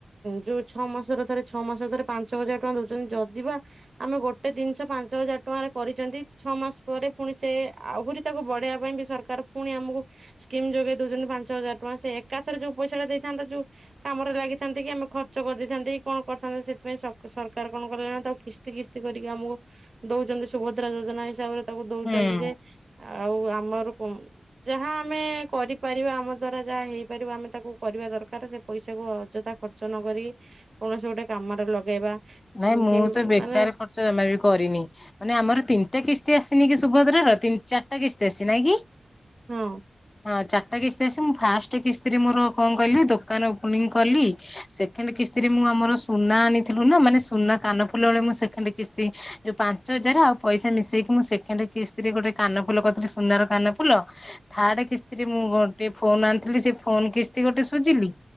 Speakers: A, on the right; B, on the left.
A: ଯୋଉ ଛଅ ମାସର ଥରେ ଛଅ ମାସ ଥରେ ପାଞ୍ଚ ହଜାର ଟଙ୍କା ଦଉଛନ୍ତି। ଯଦିବା ଆମେ ଗୋଟେ ଜିନିଷ ପାଞ୍ଚ ହଜାର ଟଙ୍କାରେ କରି ଚନ୍ତି। ଛଅ ମାସ ପରେ ପୁଣି ସେ ଆହୁରି ତାକୁ ବଢେଇବା ପାଇଁ ବି ସରକାର ପୁଣି ଆମକୁ ସ୍କିମ୍ ଯୋଗେଇ ଦଉଚନ୍ତି। ପାଞ୍ଚ ହଜାର ଟଙ୍କା ସେ ଏକାଥରେ ଯୋଉ ପଇସା ଦେଇଥାନ୍ତା ଯୋଉ କାମରେ ଲାଗିଥାନ୍ତି କି ଆମେ ଖର୍ଚ୍ଚ କରିଦେଇଥାନ୍ତେକି କଣ କରିଥାନ୍ତେ ସେଥିପାଇଁ ସର ସରକାର କଣ କଲେ ନା ତାକୁ କିସ୍ତି କିସ୍ତି କରିକି ଆମକୁ ଦଉଛନ୍ତି ସୁଭଦ୍ରା ଯୋଜନା ହିସାବରେ ତାକୁ ଦଉଛନ୍ତି
B: ହୁଁ
A: ଯେ ଆଉ ଆମର କଣ? ଯାହା ଆମେ କରି ପାରିବା ଆମ ଦ୍ଵାରା ଯାହା ହେଇପାରିବ ଆମେ ତାକୁ କରିବା ଦରକାର। ସେ ପଇସାକୁ ଅଯଥା ଖର୍ଚ୍ଚ ନ କରି କୌଣସି ଗୋଟେ କାମରେ ଲଗେଇବା।
B: ନାଇଁ ମୁଁ
A: କି
B: ତ ବେକାର
A: ମାନେ
B: ଖର୍ଚ୍ଚ ଜମା ବି କରିନି। ମାନେ ଆମର ତିନିଟା କିସ୍ତି ଆସିନିକି ସୁଭଦ୍ରାର ତିନି ଚାରିଟା କିସ୍ତି ଆସିଚି ନାଇଁକି।
A: ହଁ।
B: ହଁ ଚାରିଟା କିସ୍ତି ଆସିଚି ମୁଁ ଫାଷ୍ଟେ କିସ୍ତିରେ ମୋର କଣ କଇଲେ ଦୋକାନ ଓପନିଂ କଲି ସେକେଣ୍ଡ କିସ୍ତିରେ ମୁଁ ଆମର ସୁନା ଆଣିଥିଲୁନା ମାନେ ସୁନା କାନ ଫୁଲ ହଳେ ମୁଁ ସେକେଣ୍ଡ କିସ୍ତି ଯୋଉ ପାଞ୍ଚ ହଜାର ଆଉ ପଇସା ମିଶେଇକି ମୁଁ ସେଣ୍ଡ କିସ୍ତିରେ ଗୋଟେ କାନଫୁଲ କରିଥିଲି ସୁନାର କାନ ଫୁଲ ଥାର୍ଡ କିସ୍ତିରେ ମୁଁ ଗୋଟେ ଫୋନ୍ ଆଣିଥିଲି ସେ ଫୋନ୍ କିସ୍ତି ଗୋଟେ ସୁୁଜିଲି।